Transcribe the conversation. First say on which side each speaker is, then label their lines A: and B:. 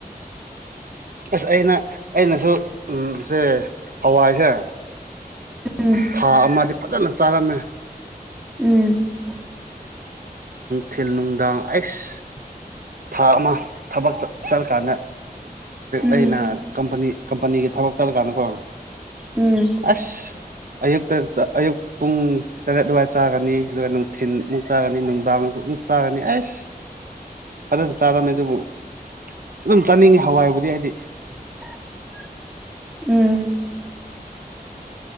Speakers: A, on the right (about 65°); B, in the centre.
A: ꯑꯁ ꯑꯩꯅ ꯑꯩꯅꯁꯨ ꯎ ꯁꯦ ꯍꯋꯥꯏꯁꯦ
B: ꯎꯝ
A: ꯊꯥ ꯑꯃꯗꯤ ꯐꯖꯅ ꯆꯥꯔꯝꯃꯦ
B: ꯎꯝ
A: ꯊꯤꯜ ꯅꯨꯡꯗꯥꯡ ꯑꯩꯁ ꯊꯥ ꯑꯃ ꯊꯕꯛ ꯆꯠꯂꯀꯥꯟꯗ
B: ꯎꯝ
A: ꯑꯩꯅ ꯀꯝꯄꯅꯤ ꯀꯝꯄꯅꯤꯒꯤ ꯊꯕꯛ ꯆꯠꯂꯀꯥꯟꯗꯀꯣ
B: ꯎꯝ
A: ꯑꯁ ꯑꯌꯨꯛꯇ ꯑꯌꯨꯛ ꯄꯨꯡ ꯇꯔꯦꯠ ꯑꯗꯨꯋꯥꯏ ꯆꯥꯒꯅꯤ ꯑꯗꯨꯒ ꯅꯨꯡꯊꯤꯟꯃꯨꯛ ꯆꯥꯒꯅꯤ ꯅꯨꯡꯗꯥꯡꯨꯛ ꯑꯃꯨꯛ ꯆꯥꯒꯅꯤ ꯑꯩꯁ ꯐꯖꯅ ꯆꯥꯔꯝꯃꯦ ꯑꯗꯨꯕꯨ ꯑꯗꯨꯝ ꯆꯥꯅꯤꯡꯉꯤ ꯍꯋꯥꯏꯕꯨꯗꯤ ꯑꯩꯗꯤ
B: <inaudible> <inaudible> ꯎꯝ